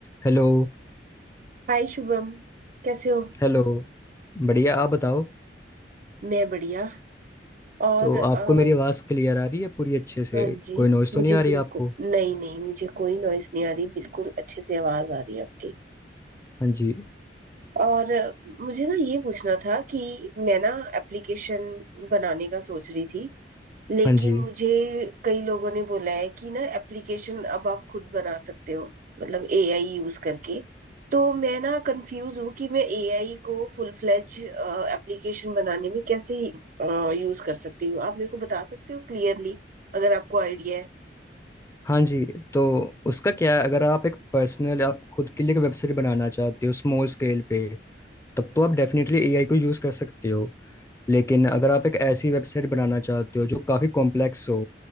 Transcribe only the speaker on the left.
Hello
Hello बढ़िया आप बताओ
तो
आपको मेरी आवाज़ क्लियर आ रही है पूरी अच्छे से
कोई नॉइज़
तो नहीं आ रही
आपको
हाँ जी
हाँ जी
हाँ जी तो उसका क्या है अगर आप एक पर्सनल आप खुद के लिए एक वेबसाइट बनाना चाहते हो स्मॉल स्केल पे तब तो आप डेफिनेटली एआई को यूज़ कर सकते हो लेकिन अगर आप एक ऐसी वेबसाइट बनाना चाहते हो जो काफ़ी कॉम्प्लेक्स हो